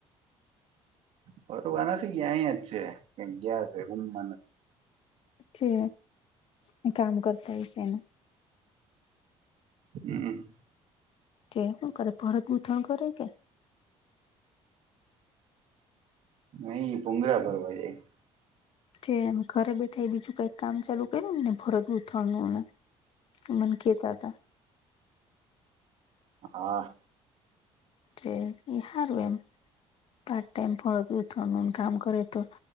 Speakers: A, on the right; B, on the left.
A: ફરવા નથી ગયા અહીંયા જ છે ક્યાં ગયા હશે રૂમ મા નથી
B: છે કાંઈ કામ કરતા હશે
A: હમ્મ
B: તે હુ કરે ભરત ગૂથણ કરે કે
A: નહી ભૂગરા ભરવા જાય
B: જે ઘરે બેઠા એ બીજું કઈક કામ ચાલુ કર્યું ને ભરત ગૂથણ નુંને મન કેતા તા.
A: હા
B: કે ની હારું એમ, પાર્ટ ટાઈમ બરણ ગુથણ નુ કામ કરે તો.